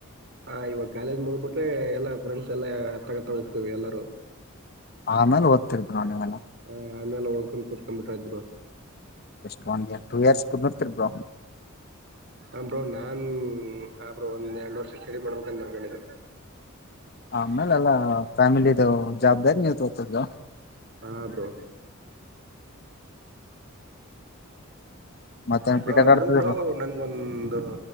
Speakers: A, on the right; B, on the left.
A: ಹಾಂ ಇವಾಗ ಕಾಲೇಜ್ ಮುಗ್ಬಿಟ್ಟು ಎಲ್ಲ ಫ್ರೆಂಡ್ಸ್ ಎಲ್ಲ ಅತ್ತಗತ್ತ ಹೋಕ್ವಿ ಎಲ್ಲರೂ
B: ಆಮೇಲೆ ಓತಿರ್ ಬ್ರೊ ನೀವೆಲ್ಲ
A: ಹ್ಮ್ ಆಮೇಲೆ ಓಕೋನ್ ಕುತ್ಕೊಂಡ್ ಬಿಟ್ರೆ ಆಯಿತ್ ಬ್ರೊ
B: <unintelligible> ತಿರ್ಬ್ರ
A: ಅಂದರು ನಾನ್ ಹಾಂ ಬ್ರೊ ಒಂದ್ ಎರಡು ವರ್ಷ ಸ್ಟಡಿ ಮಾಡ್ಬೇಕಂತ ಮಾಡಿಕೊಂಡಿದೆ.
B: ಆಮೇಲ್ ಎಲ್ಲ ಫ್ಯಾಮಿಲಿ ದು ಜವಾಬ್ದಾರಿ ನೀವ್ತದು.
A: ಹಾ ಬ್ರೋ <inaudible>
B: ಮತ್ತೇನ್
A: ಬ್ರೋ
B: ಕ್ರಿಕೆಟ್ ಆಡ್ತಿದಿರ
A: ಇರು ಬ್ರೋ ನನ್ಗ ಒಂದ್